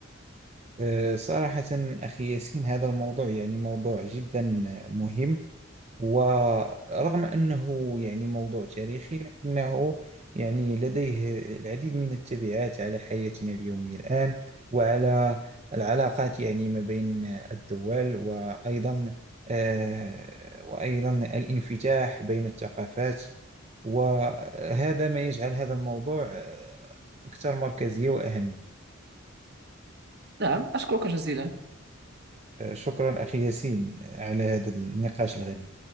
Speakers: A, on the right; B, on the right.
A: آه، صراحة أخي ياسين هذا الموضوع يعني موضوع جدا مهم ورغم أنه يعني موضوع تاريخي لكنه يعني لديه العديد من التبعات على حياتنا اليومية الآن وعلى العلاقات يعني ما بين الدول وأيضا آه، وأيضا الانفتاح بين الثقافات وهذا ما يجعل هذا الموضوع آه، أكثر مركزية وأهمية
B: نعم أشكرك جزيلا
A: آه، شكرا أخي ياسين آه، على هذا النقاش الغني